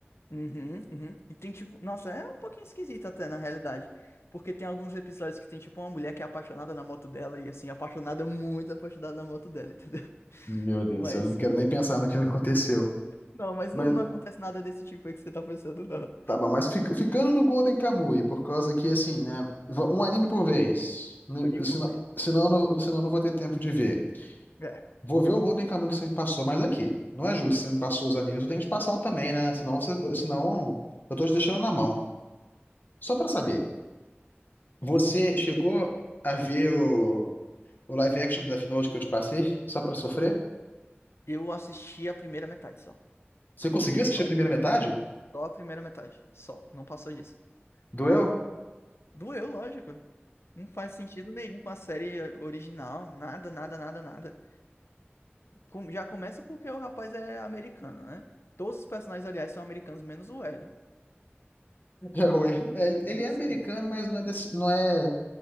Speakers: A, on the left; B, on the left.
A: Uhum, uhum. E tem tipo. Nossa, é um pouquinho esquisito até, na realidade. Porque tem alguns episódios que tem, tipo, uma mulher que é apaixonada na moto dela, e assim, apaixonada, muito apaixonada na moto dela, entendeu? <laughs>
B: Meu Deus,
A: Mas.
B: eu não quero nem pensar no que <laughs> aconteceu.
A: Não, mas
B: Mas
A: não, não acontece nada desse tipo aí que você tá pensando, não.
B: tá bom, mas fica- ficando no Golden Kamuy, por causa que assim, né? va- Um anime por vez. Né,
A: Mas nem
B: Senão,
A: por medo.
B: senão, eu não- senão eu não vou ter tempo de ver.
A: É.
B: Vou ver o Golden Kamuy que você me passou, mas aqui. Não é justo, você me passou os animes, eu tenho que te passar um também, né? Senão, você, senão
A: Uhum.
B: eu tô te deixando na mão. Só pra saber,
A: É.
B: você chegou a ver o, o live action da Death Note que eu te passei, só pra sofrer?
A: Eu assisti a primeira metade só.
B: Você conseguiu
A: Só.
B: assistir a primeira metade?
A: Só a primeira metade. Só. Não passou disso.
B: Doeu? <laughs>
A: Doeu, lógico. Não faz sentido nenhum com a série original. Nada, nada, nada, nada. Com- Já começa porque o rapaz é americano, né? Todos os personagens, aliás, são americanos, menos o L.
B: É, ué. É, Ele
A: Já comecei.
B: ele é americano, mas não é, desse- não é